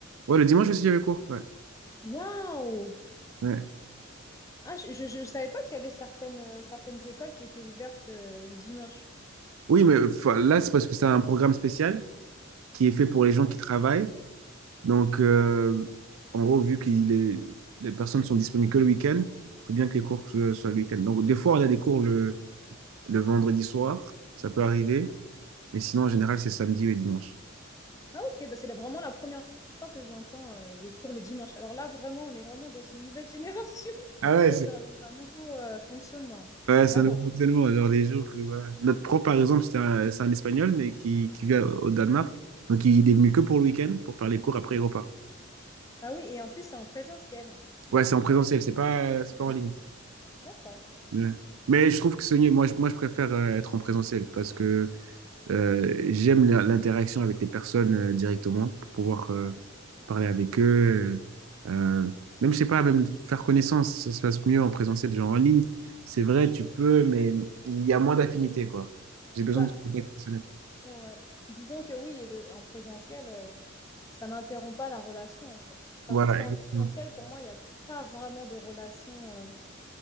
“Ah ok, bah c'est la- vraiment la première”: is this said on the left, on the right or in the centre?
Left